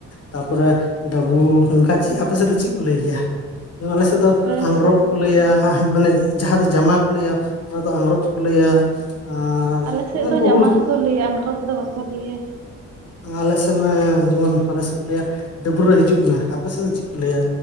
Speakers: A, on the left (about 45°); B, on the right (about 50°).
A: ᱛᱟᱯᱚᱨᱮ ᱫᱟᱹᱵᱩ ᱚᱱᱠᱟ ᱪᱮᱫ ᱟᱯᱮ ᱥᱮᱫ ᱫᱚ ᱪᱮᱫ ᱠᱚ ᱞᱟᱹᱭ ᱜᱮᱭᱟ? ᱡᱮᱢᱚᱱ ᱟᱞᱮ ᱥᱮᱫ ᱫᱚ ᱟᱝᱜᱽᱨᱚᱵ
B: ᱥᱮᱫ
A: ᱠᱚ ᱞᱟᱹᱭᱟ
B: ᱫᱚ
A: ᱢᱟᱱᱮ ᱡᱟᱦᱟᱸ ᱫᱚ ᱡᱟᱢᱟ ᱠᱚ ᱞᱟᱹᱭᱟ ᱚᱱᱟ ᱫᱚ ᱟᱝᱜᱽᱨᱚᱵᱽ ᱠᱚ ᱞᱟᱹᱭᱟ᱾ ᱟᱨ
B: ᱟᱞᱮ ᱥᱮᱫ
A: ᱢᱟᱱᱮ
B: ᱫᱚ
A: ᱵᱩᱦᱩ
B: ᱡᱟᱢᱟ ᱜᱮᱠᱚ ᱞᱟᱹᱭᱟ ᱟᱸᱜᱨᱚᱵᱽ ᱫᱚ ᱵᱟᱠᱚ ᱞᱟᱹᱭᱟ᱾
A: ᱟᱞᱮ ᱥᱮᱫ ᱢᱟᱱᱮ ᱡᱮᱢᱚᱱ ᱟᱞᱮ ᱥᱮᱫ ᱠᱚ ᱞᱟᱹᱭᱟ ᱰᱟᱹᱵᱽᱨᱟᱹᱜ ᱦᱤᱡᱩᱜ ᱢᱮ ᱟᱯᱮ ᱥᱮᱫ ᱫᱚ ᱪᱮᱫ ᱠᱚ ᱞᱟᱹᱭᱟ?